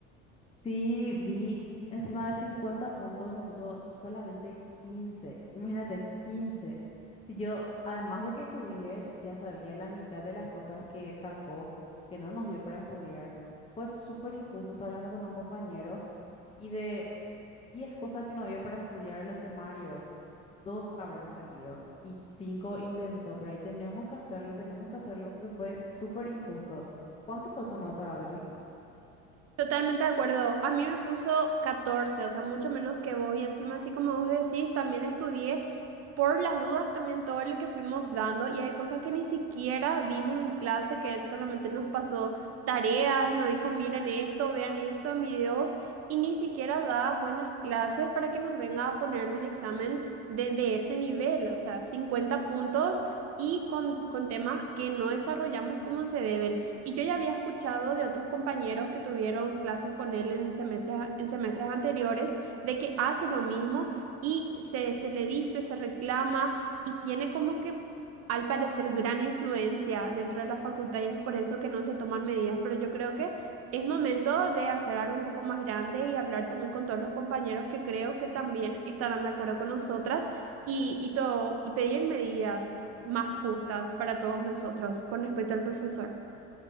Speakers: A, on the left (about 20°); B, on the right (about 50°).
A: Sí, vi encima de 50 puntos me puso solamente 15. Imagínate, 15. Si yo, además de que estudié, ya sabía la mitad de las cosas que sacó, que no nos dio para estudiar, fue súper injusto. Estaba hablando con un compañero y de 10 cosas que nos dio para estudiar los temarios, dos habrán salido y cinco inventó por ahí. Tenemos que hacerlo, tenemos que hacerlo porque fue súper injusto. ¿Cuánto fue tu nota, Adri?
B: Totalmente de acuerdo. A mí me puso 14, o sea, mucho menos que vos. Y encima, así como vos decís, también estudié por las dudas también todo lo que fuimos dando. Y hay cosas que ni siquiera dimos en clase, que él solamente nos pasó tareas y nos dijo, miren esto, vean esto en videos. Y ni siquiera da buenas clases para que nos venga a poner un examen de, de ese nivel, o sea, 50 puntos y con, con temas que no desarrollamos como se deben. Y yo ya había escuchado de otros compañeros que tuvieron clases con él en semestres, a- en semestres anteriores de que hace lo mismo y se, se le dice, se reclama y tiene como que al parecer gran influencia dentro de la facultad y es por eso que no se toman medidas. Pero yo creo que es momento de hacer algo un poco más grande y hablar también con todos los compañeros que creo que también estarán de acuerdo con nosotras y, y todo, y pedir medidas más justas para todos nosotros con respecto al profesor.